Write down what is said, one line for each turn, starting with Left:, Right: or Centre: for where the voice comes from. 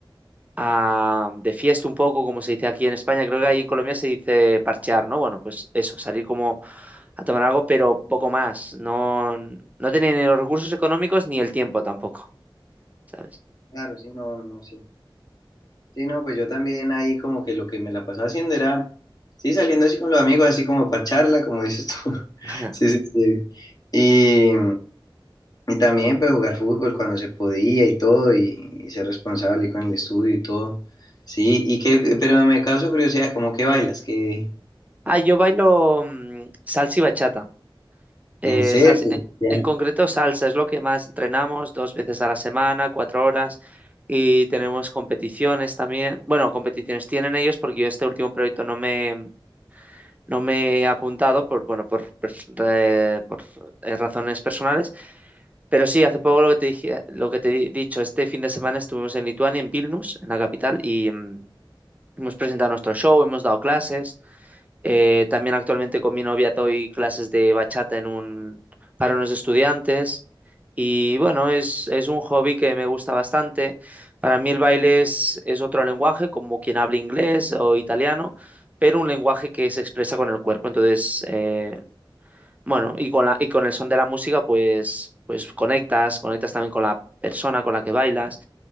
Right: a- de fiesta un poco, como se dice aquí en España. Creo que ahí en Colombia se dice parchear, ¿no? Bueno, pues eso, salir como a tomar algo, pero poco más. No, no tenía ni los recursos económicos ni el tiempo tampoco, ¿sabes?
Left: Claro, sí, no, no, no, sí. Sí, no, pues yo también ahí como que lo que me la pasaba haciendo era, sí, saliendo así con los amigos, así como para charla, como dices tú. <laughs>
Right: <laughs>
Left: Sí, sí, sí. Y también pues jugar fútbol cuando se podía y todo, y, y ser responsable con el estudio y todo. Sí, y que, pero me causa curiosidad, ¿cómo que bailas? que
Right: Ah, yo bailo mm, salsa y bachata. Eh,
Left: en serio?
Right: salsa- en
Left: Ya.
Right: en concreto, salsa es lo que más entrenamos dos veces a la semana, cuatro horas, y tenemos competiciones también. Bueno, competiciones tienen ellos porque yo este último proyecto no me, no me he apuntado por, bueno, por, pers- re- por, eh, razones personales, pero sí, hace poco lo que te dije, lo que te he dicho, este fin de semana estuvimos en Lituania, en Vilnius, en la capital, y mm, hemos presentado nuestro show, hemos dado clases. Eh, también actualmente con mi novia doy clases de bachata en un, para unos estudiantes. Y bueno, es, es un hobby que me gusta bastante. Para mí el baile es, es otro lenguaje, como quien habla inglés o italiano, pero un lenguaje que se expresa con el cuerpo. Entonces, eh, bueno, y con la, y con el son de la música, pues, pues conectas, conectas también con la persona con la que bailas.